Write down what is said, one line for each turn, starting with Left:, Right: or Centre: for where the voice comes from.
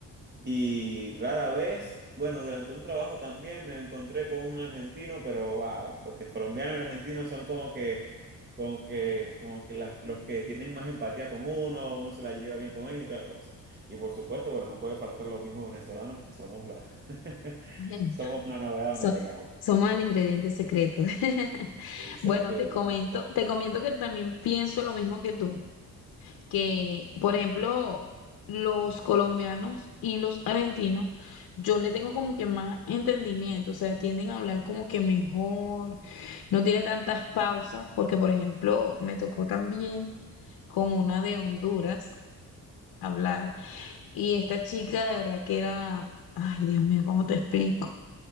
Right: y rara vez, bueno, durante un trabajo también me encontré con un argentino, pero wow, los que es colombiano y argentinos son como que, como que, como que las- los que tienen más empatía con uno, uno se la lleva bien con ellos y tal cosa. Y por supuesto, bueno, no puede faltar los mismos venezolanos que somos los, <laughs>
Left: <laughs>
Right: somos una novedad
Left: So-
Right: donde llegamos.
Left: somos el ingrediente secreto. <laughs>
Right: Y somos
Left: Bueno,
Right: igual.
Left: te comento,
Right: que-
Left: te comento que también pienso lo mismo que tú, que por ejemplo, los colombianos y los argentinos, yo le tengo como que más entendimiento, o sea, tienden a hablar como que mejor, no tiene tantas pausas, porque por ejemplo, me tocó también con una de Honduras hablar, y esta chica de verdad que era, ay Dios mío, ¿cómo te explico?